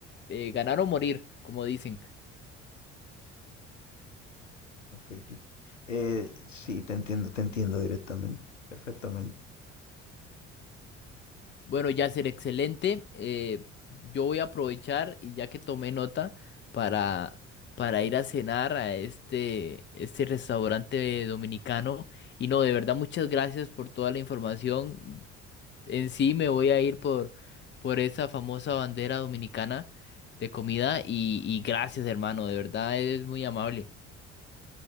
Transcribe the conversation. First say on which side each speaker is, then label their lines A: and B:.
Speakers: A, on the left; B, on the left.
A: eh, ganar o morir, como dicen.
B: Efectivo. Eh, sí, te entiendo, te entiendo directamente, perfectamente.
A: Bueno, ya ser excelente. eh, yo voy a aprovechar y ya que tomé nota para, para ir a cenar a este, este restaurante dominicano. Y no, de verdad, muchas gracias por toda la información. En sí me voy a ir por, por esa famosa bandera dominicana de comida y, y gracias, hermano. De verdad, es muy amable.